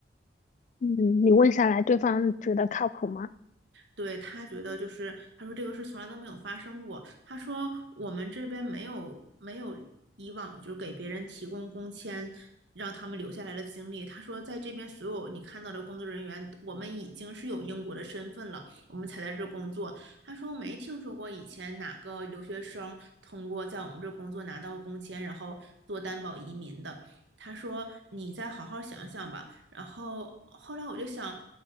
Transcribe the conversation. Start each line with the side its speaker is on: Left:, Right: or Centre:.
Left: 嗯，你问下来，对方觉得靠谱吗？
Right: 对，他觉得就是，他说这个事从来都没有发生过。他说我们这边没有没有以往就是给别人提供工签让他们留下来的经历。他说在这边所有你看到的工作人员，我们已经是有英国的身份了，我们才在这工作。他说没听说过以前哪个留学生通过在我们这工作拿到工签，然后做担保移民的。他说：“你再好好想想吧。”然后后来我就想，